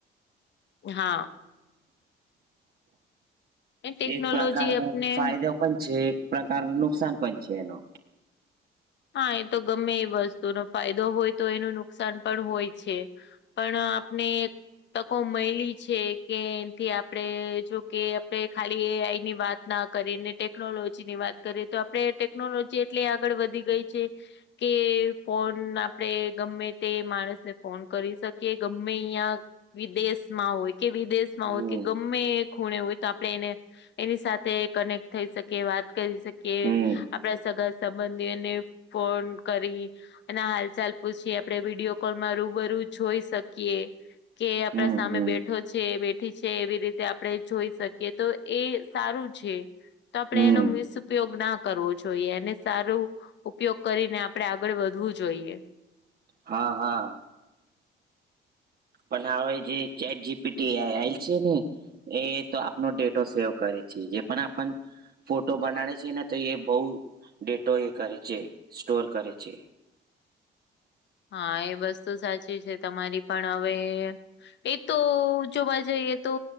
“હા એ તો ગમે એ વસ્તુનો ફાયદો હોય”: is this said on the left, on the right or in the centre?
Left